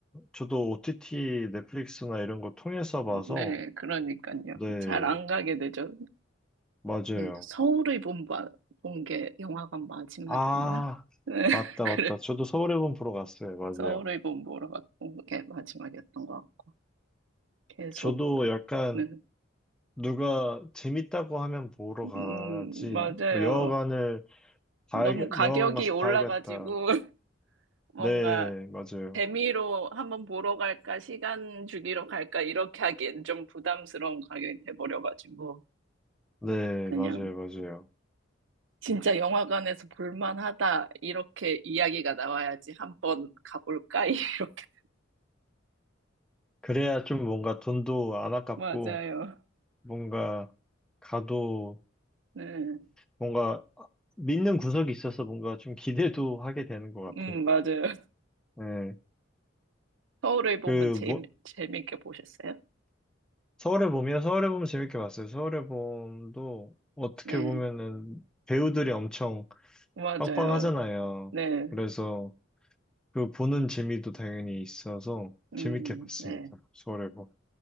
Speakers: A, in the centre; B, on the right (about 75°).
A: 저도 OTT, 넷플릭스나 이런 거 통해서 봐서,
B: 네, 그러니까요.
A: 네,
B: 잘 안 가게 되죠.
A: 맞아요.
B: 그래서 서울의 본본게 영화관 마지막이었나?
A: 아,
B: 네, <laughs>
A: 맞다,
B: 그래.
A: 맞다. 저도 서울의 봄 보러 갔어요. 맞아요.
B: 서울의 본 보러 갔던 게 마지막이었던 것 같고 계속
A: 저도 약간
B: 네,
A: 누가 재밌다고 하면 보러 가지,
B: 음 맞아요.
A: 뭐 영화관을 봐야,
B: 너무 가격이
A: 영화관 가서
B: 올라가지고
A: 봐야겠다.
B: <laughs> 뭔가
A: 네, 맞아요.
B: 재미로 한번 보러 갈까, 시간 주기로 갈까, 이렇게 하기엔 좀 부담스러운 가격이 돼버려가지고,
A: 네,
B: 그냥,
A: 맞아요, 맞아요.
B: 진짜 영화관에서 볼만하다, 이렇게 이야기가 나와야지 한번 가볼까? <laughs> 이렇게.
A: 그래야 좀 뭔가 돈도 안 아깝고,
B: 맞아요.
A: 뭔가 가도
B: 네.
A: 뭔가 믿는 구석이 있어서 뭔가 좀 기대도 하게 되는 것 같아요.
B: 음, 맞아요.
A: 네.
B: 서울을 보면
A: 그,
B: 재미,
A: 뭐,
B: 재밌게 보셨어요?
A: 서울의 봄이요? 서울의 봄 재밌게 봤어요. 서울의 봄도 어떻게
B: 네.
A: 보면은 배우들이 엄청
B: 맞아요.
A: 빵빵하잖아요.
B: 네.
A: 그래서 그 보는 재미도 당연히 있어서
B: 음,
A: 재밌게 봤습니다.
B: 네.
A: 서울의 봄.